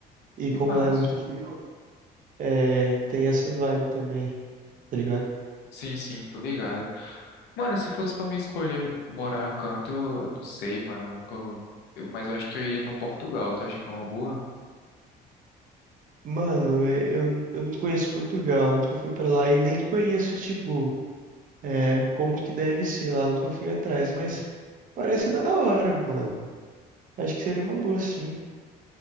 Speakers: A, on the right; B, on the left.
A: E
B: Que
A: como
B: massa.
A: lá é muito frio, é, tem essa vibe também, tá ligado?
B: Sim, sim, tô ligado. Mano, se fosse pra me escolher morar em um canto, eu, eu não sei, mano. Eu nunca. eu- mas eu acho que eu iria pra Portugal. Tu acha que é uma boa?
A: Mano, é, eu, eu não conheço Portugal, nunca fui pra lá e nem conheço, tipo, é, como que deve ser lá, nunca fui atrás, mas parece da hora, mano. Acho que seria uma boa, sim.